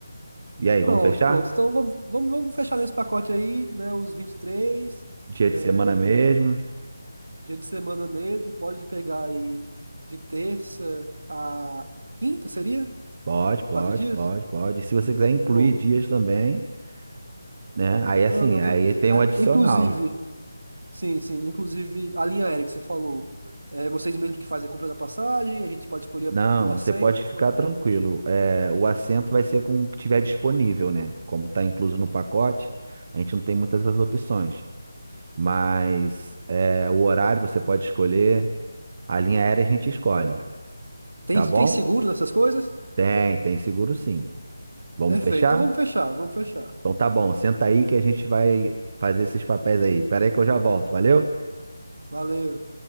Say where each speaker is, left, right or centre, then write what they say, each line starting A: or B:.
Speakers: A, on the right (about 30°); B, on the right (about 80°).
A: E aí,
B: Pronto,
A: vamos fechar?
B: pronto. Então vamos, vamos, vamos fechar nesse pacote aí, né? Os 23,
A: Dia
B: é,
A: de semana mesmo?
B: dia de semana mesmo, pode pegar aí de terça a quinta, seria?
A: Pode, pode,
B: Quatro dias?
A: pode, pode. E se você quiser incluir
B: Pronto.
A: dias também, né? Aí
B: Não,
A: assim,
B: não,
A: aí
B: tranquilo.
A: tem
B: Ah,
A: o adicional.
B: inclusive, sim, sim, inclusive a linha aérea que você falou, é, vocês mesmos que fazem a compra da passagem, a gente pode escolher
A: Não,
B: o assento,
A: você pode
B: como
A: ficar
B: é?
A: tranquilo. É, o assento vai ser com o que tiver disponível, né? Como está incluso no pacote, a gente não tem muitas as opções. Mas é, o horário você pode escolher, a linha aérea a gente escolhe,
B: É. Tem,
A: tá
B: tem
A: bom?
B: seguro nessas coisas?
A: Tem, tem seguro sim. Vamos
B: Perfeito.
A: fechar?
B: Então vamos fechar, vamos fechar.
A: Então tá bom, senta aí que a gente vai fazer esses papéis aí. Pera aí que eu já volto, valeu?
B: Valeu.